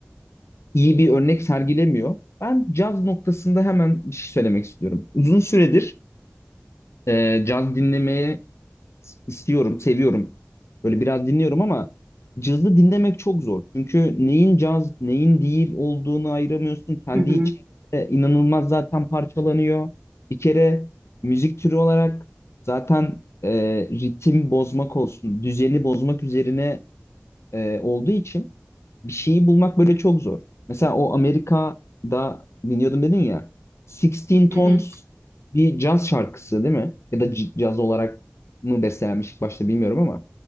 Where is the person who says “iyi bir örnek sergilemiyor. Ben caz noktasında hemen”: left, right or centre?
Left